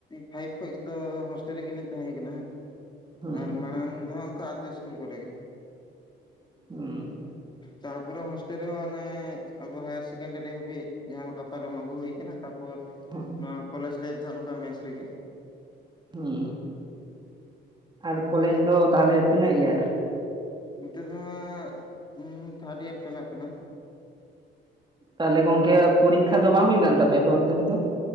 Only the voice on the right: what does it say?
ᱦᱩᱸ
ᱦᱩᱸ᱾
ᱦᱩᱸ
ᱦᱩᱸ, ᱟᱨ ᱠᱚᱞᱮᱡᱽ ᱫᱚ ᱛᱟᱦᱞᱮ ᱛᱤᱱᱟᱹᱜ ᱤᱭᱟᱨ?
ᱛᱟᱦᱞᱮ ᱜᱚᱝᱠᱮ ᱯᱚᱨᱤᱠᱠᱷᱟ ᱫᱚ ᱵᱟᱝ ᱦᱩᱭ ᱠᱟᱱ ᱛᱟᱯᱮᱭᱟ ᱟᱯᱮ ᱚᱱᱛᱮ ᱨᱮᱫᱚ?